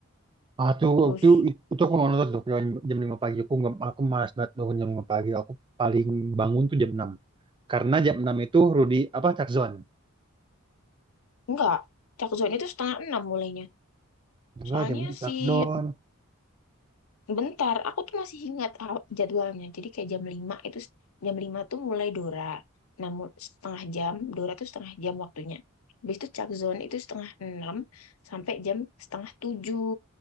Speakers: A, on the right; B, on the left.
A: Ah, tuh,
B: Terus
A: waktu itu, itu aku nonton tuh jam, jam 5 pagi. Aku nggak, aku malas banget bangun jam 5 pagi. Aku paling bangun tuh jam enam Karena jam 6 itu Rudy, apa, Takzon.
B: enggak, Cak Zone itu setengah enam mulainya.
A: Enggak,
B: Soalnya
A: jam 6
B: si
A: Cakdon.
B: bentar, aku tuh masih ingat aw- jadwalnya. Jadi kayak jam 5 itu jam 5 tuh mulai Dora. Namun setengah jam, Dora tuh setengah jam waktunya. Habis itu Cak Zone itu setengah enam sampai jam setengah tujuh,